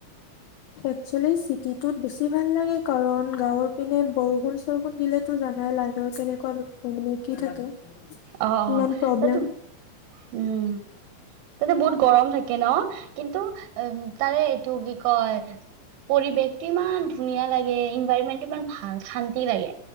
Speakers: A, on the left; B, on the right.
A: একচুৱেলি চিটিটোত বেছি ভাল লাগে, কাৰণ গাঁৱৰ পিনে বৰষুণ-চৰষুণ দিলেতো জানাই লাইনৰ কেনেকুৱা মানে কি থাকে।
B: অ',
A: ইমান
B: অ',
A: প্ৰব্লেম
B: এটো উম। তাতে বহুত গৰম থাকে ন' কিন্তু <unintelligible> তাৰে এইটো কি কয় পৰিৱেশ টো ইমান ধুনীয়া লাগে, ইনভাইৰমেন্টটো ইমান ভাল, শান্তি লাগে।